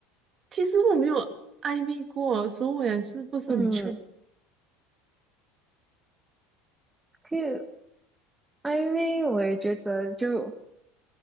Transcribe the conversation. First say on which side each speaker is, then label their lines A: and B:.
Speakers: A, on the right (about 40°); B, on the right (about 15°).
A: 其实我没有暧昧过，所以我也是不是很确。
B: 嗯，
A: 定。
B: 其实暧昧我也觉得就